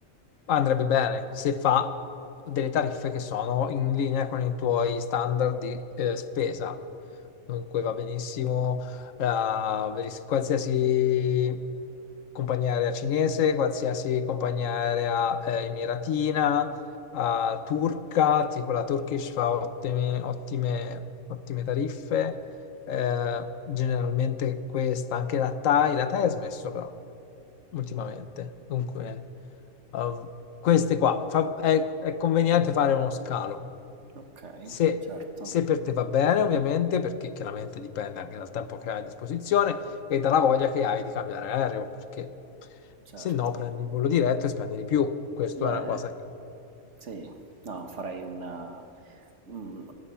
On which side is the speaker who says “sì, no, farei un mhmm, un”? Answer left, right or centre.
Right